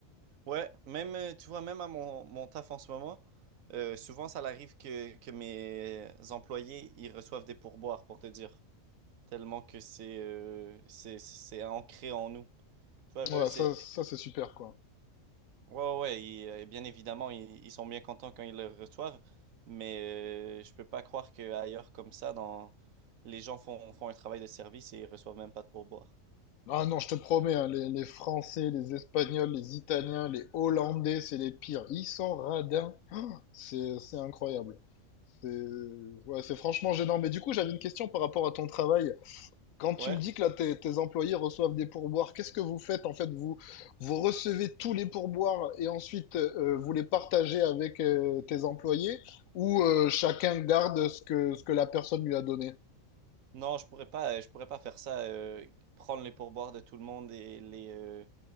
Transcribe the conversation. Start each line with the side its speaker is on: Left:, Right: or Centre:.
Right: Ouais, même, euh, tu vois, même à mon, mon taf en ce moment, euh, souvent ça arrive que, que mes employés, ils reçoivent des pourboires, pour te dire, tellement que c'est euh, c'est, c'est ancré en nous. Tu vois,
Left: Voilà,
Right: eux, c'est...
Left: ça, ça c'est super, quoi.
Right: Ouais, ouais, ouais, ils, euh, bien évidemment, ils, ils sont bien contents quand ils le reçoivent, mais euh, je peux pas croire qu'ailleurs comme ça, dans... les gens font, font un travail de service et ils reçoivent même pas de pourboire.
Left: Ah non, je te promets, hein, les, les Français, les Espagnols, les Italiens, les Hollandais, c'est les pires. Ils sont radins, c'est c'est incroyable. C'est ouais, c'est franchement gênant. Mais du coup, j'avais une question par rapport à ton travail. Quand tu
Right: Ouais,
Left: me dis que là, tes, tes employés reçoivent des pourboires, qu'est-ce que vous faites en fait? Vous, vous recevez tous les pourboires et ensuite euh, vous les partagez avec euh, tes employés ou euh, chacun garde ce que, ce que la personne lui a donné?
Right: non, je pourrais pas, euh, je pourrais pas faire ça, euh, prendre les pourboires de tout le monde et les... euh,